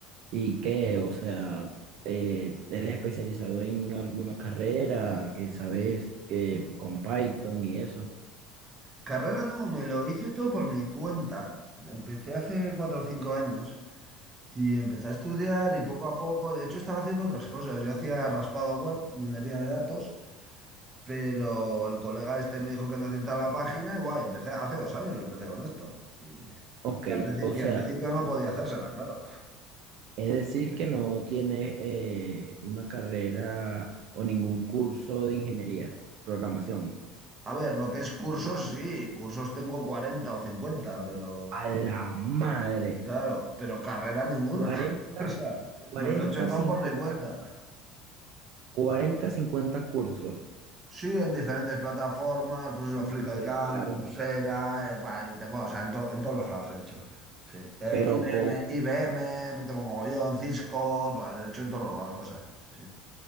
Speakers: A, on the right; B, on the right.
A: ¿Y qué? O sea, eh, ¿eres especializado en alguna carrera que sabes que con Python y eso?
B: Carrera no, me lo hice todo por mi cuenta. Empecé hace cuatro o cinco años. Y empecé a estudiar y poco a poco, de hecho estaba haciendo otras cosas. Yo hacía raspado web, minería de datos, pero el colega este me dijo que necesitaba la página y guay, empecé, hace dos años empecé con esto. Y,
A: Ok,
B: y al, princi-
A: o
B: y
A: sea,
B: al principio no podía hacérsela, claro.
A: es decir que no tienes eh, una carrera o ningún curso de ingeniería, programación.
B: A ver, lo que es cursos, sí, cursos tengo 40 o 50 pero
A: A la madre,
B: claro, pero carrera ninguna.
A: 40,
B: <laughs> O sea,
A: 40,
B: me lo he hecho todo
A: 50,
B: por mi cuenta.
A: 40, 50 cursos.
B: Sí, en diferentes plataformas, pues eso, Free.com,
A: Dife- Claro,
B: Coursera, eh, bah, y tengo, o sea, en, to- en todos los lados he hecho. Sí. Eh,
A: pero
B: IBM,
A: con,
B: IBM, tengo mogollón, Cisco, bah, he hecho en todos los lados cosas. Sí.